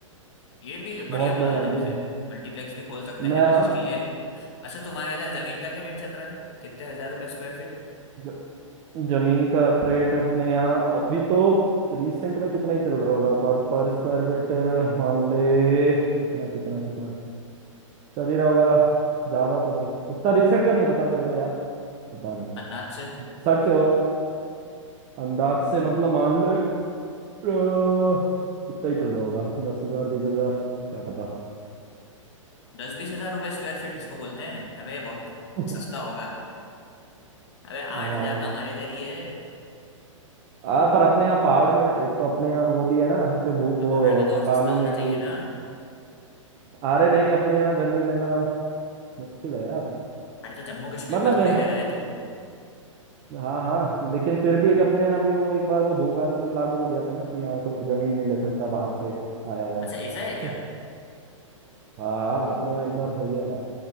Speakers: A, on the left (about 55°); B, on the right (about 30°).
A: ये भी बढ़िया
B: बहुत
A: प्लान
B: लोग आएंगे
A: है वैसे मल्टीप्लेक्स भी खोल सकते
B: मैं
A: हैं बस
B: हाँ
A: इसके लिए अच्छा तुम्हारे इधर जमीन का क्या रेट चल रहा है कितने हजार रुपए स्क्वायर फीट
B: ज- जमीन का रेट अपने यहाँ अभी तो रिसेंट में कितना ही चल रहा होगा पर पर स्क्वायर फीट मान ले कितना कितना कितना चल ही रहा होगा ज्यादा तो नहीं इतना रिसेंट का नहीं पता मेरे को यार पता नहीं
A: अंदाज से
B: सच अंदाज से मतलब मान ले अ, कितना ही चल रहा होगा दस हजार बीस हजार क्या पता
A: दस बीस हजार रुपए स्क्वायर फीट किसको बोलते हैं अबे बहुत
B: <laughs>
A: सस्ता होगा अबे आठ
B: आ,
A: हजार तो हमारे इधर ही है
B: आ, पर अपने यहाँ पहाड़ में यार एक तो अपने यहाँ वो भी है ना ऐसे भू
A: तो
B: वो
A: पहाड़ में तो और सस्ता
B: कानून
A: होना
B: है
A: चाहिए
B: कि
A: ना
B: अरे नहीं अपने यहाँ जमीन लेना मुश्किल है यार
A: अरे तो जम्मू कश्मीर
B: मतलब
A: में
B: मैं
A: थोड़ी रह रहा है तू
B: हाँ हाँ लेकिन फिर भी अपने यहाँ भी वो एक बार वो भू कानून लागू हो गया था ना कि यहाँ कोई जमीन नहीं ले सकता बाहर से आया हुआ
A: अच्छा ऐसा है क्या
B: <laughs> हाँ
A: ओ
B: अपने यहाँ एक बार हो गया था